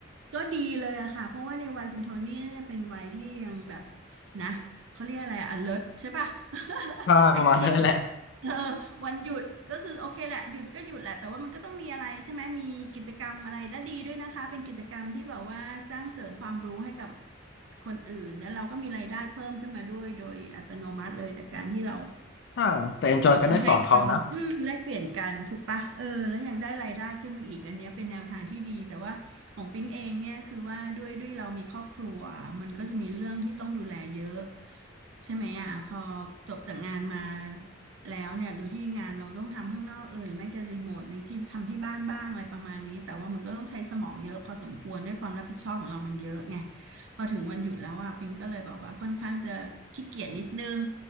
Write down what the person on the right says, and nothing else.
ก็ดีเลยอะค่ะเพราะว่าในวัยคุณโทนี่น่าจะเป็นวัยที่ยังแบบนะเขาเรียกอะไรอะ alert ใช่ป่ะ <laughs>
active เออวันหยุดก็คือโอเคแหละหยุดก็หยุดแหละแต่ว่ามันก็ต้องมีอะไรใช่ไหมมีกิจกรรมอะไรและดีด้วยนะคะเป็นกิจกรรมที่แบบว่าสร้างเสริมความรู้ให้กับคนอื่นแล้วเราก็มีรายได้เพิ่มขึ้นมาด้วยโดยอัตโนมัติเลยจากการที่เรา
เราให้เขาอืมแลกเปลี่ยนกันถูกปะเออแล้วยังได้รายได้ขึ้นมาอีกอันเนี้ยเป็นแนวทางที่ดีแต่ว่าของปิ๊งเองเนี่ยคือว่าด้วยด้วยเรามีครอบครัวมันก็จะมีเรื่องที่ต้องดูแลเยอะ
ใช่ไหมอ่ะพอจบจากงานมาแล้วเนี่ยโดยที่งานเราต้องทำข้างนอกเออหรือไม่ก็รีโมทในที่ทำที่บ้านบ้างอะไรประมาณนี้แต่ว่ามันก็ต้องใช้สมองเยอะพอสมควรด้วยความรับผิดชอบของเรามันเยอะไงพอถึงวันหยุดแล้วอ่ะปิ๊งก็เลยบอกว่าค่อนข้างจะขี้เกียจนิดนึง